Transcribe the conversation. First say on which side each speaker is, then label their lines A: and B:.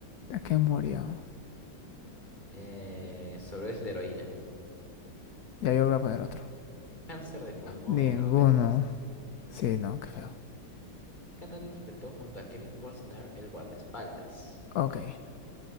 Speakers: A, on the left; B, on the left.
A: ¿A qué murió?
B: Eh, sobredosis de heroína.
A: Ya yo voy a poner otro.
B: Cáncer de pulmón.
A: Ninguno.
B: No, qué triste.
A: Sí, no, qué feo.
B: ¿Qué cantante interpretó junto a Kevin Costner el guardaespaldas?
A: Ok.